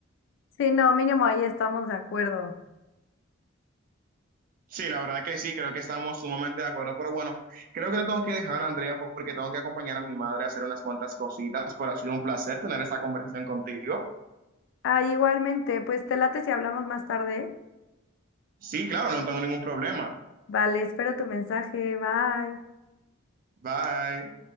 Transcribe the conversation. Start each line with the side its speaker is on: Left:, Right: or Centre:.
Left: Sí, no, mínimo ahí estamos de acuerdo.
Right: Sí, la verdad que sí, creo que estamos sumamente de acuerdo, pero bueno, creo que te tengo que dejar, Andrea, porque tengo que acompañar a mi madre a hacer unas cuantas cositas, pero ha sido un placer tener esta conversación contigo.
Left: Ah, igualmente, pues te late si hablamos más tarde.
Right: Sí, claro, no tengo ningún problema.
Left: Vale, espero tu mensaje. Bye.
Right: Bye.